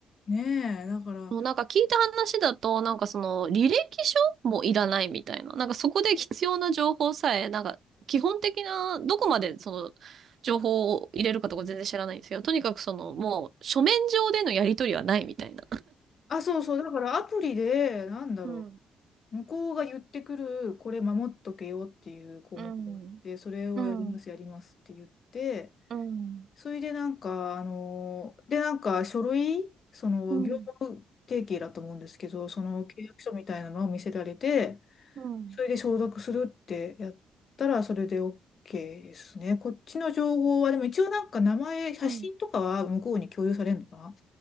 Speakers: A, on the left; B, on the right.
A: ねえ、だから、
B: もうなんか聞いた話だと、なんかその履歴書もいらないみたいな。なんかそこで必要な情報さえ、なんか基本的な、どこまでその情報を入れるかとか全然知らないんですけど、とにかくそのもう書面上でのやり取りはないみたいな。
A: あ、そうそう、だからアプリで、なんだろ
B: うん、
A: う。向こうが言ってくる、これ守っとけよっていう項目があって、
B: うん、
A: それをやります、
B: うん、うん、
A: やりますって言って、
B: うん、
A: それでなんか、あの、で、なんか書類、その業務提携だと思うんですけど、
B: うん、
A: その契約書みたいなのを見せられて、
B: うん、
A: それで承諾するってやったら、それで OK ですね。こっちの情報は、でも一応なんか名前、写真とかは向こうに共有されるのかな
B: うん。